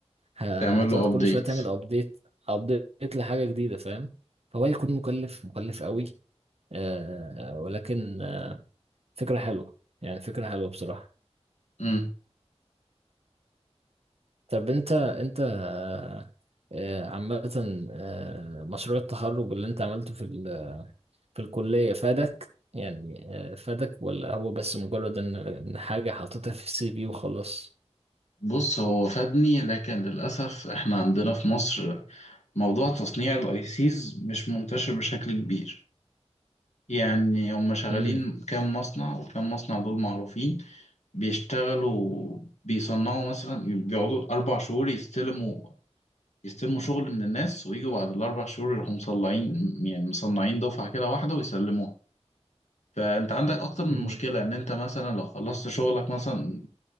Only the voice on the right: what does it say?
ه-
هتقعد
كل شوية تعمل أبديت أبديت لحاجة جديدة فاهم فهو يكون مكلف مكلف قوي آه ولكن آه، فكرة حلوة يعني فكرة حلوة بصراحة
طب انت انت آه، آه، عامة آه، مشروع التخرج اللي انت عملته في ال- في الكلية فادك يعني آه، فادك ولا هو بس مجرد ان إن حاجة حاططها في السي في وخلاص
امم
امم